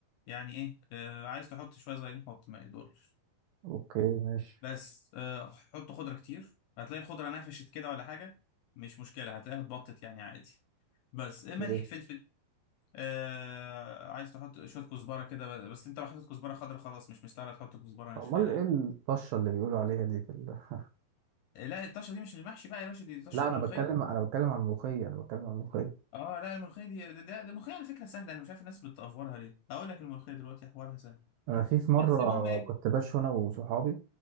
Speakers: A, on the left; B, on the right.
A: يعني ايه آه، عايز تحط شويه صغيرين حط ما يضرش
B: اوكي ماشي
A: بس آه، حط خضره كتير هتلاقي الخضره نفشت كده ولا حاجه مش مشكله هتلاقيها اتبطت يعني عادي بس آه، ملح
B: إيه.
A: فلفل آه عايز تحط شويه كزبره كده ب- بس انت لو حطيت كزبره خضراء خلاص مش مستاهله تحط كزبره ناشفه
B: امال
A: يعني
B: ايه الطشه اللي بيقولوا عليها دي في ال... <laughs>
A: آه، لا الطشه دي مش المحشي بقى يا باشا دي طشه
B: لا انا
A: ملوخيه
B: بتكلم انا بتكلم عن الملوخيه انا بتكلم عن الملوخيه
A: اه لا الملوخيه دي ده, ده ده الملوخيه على فكره سهله انا مش عارف الناس بتأفورها ليه هقول لك الملوخيه دلوقتي حوارها سهل
B: انا في في مره
A: بس المهم ايه
B: كنت باش انا وصحابي